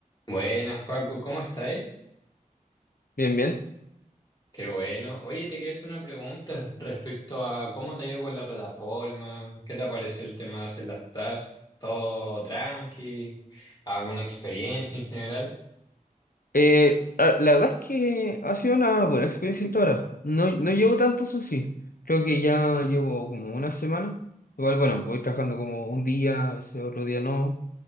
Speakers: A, on the left; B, on the left.
A: Buenas, Joaco, ¿cómo estáis?
B: Bien, bien.
A: Qué bueno. Oye, te quería hacer una pregunta respecto a cómo te ha ido con la plataforma, qué te pareció el tema de hacer las tasks, todo tranqui, alguna experiencia en general.
B: Eh, a- la verdad es que ha sido una buena experiencia hasta ahora. No, no llevo tanto, eso sí. Creo que ya llevo como una semana. Igual, bueno, voy trabajando como un día, ese otro día no.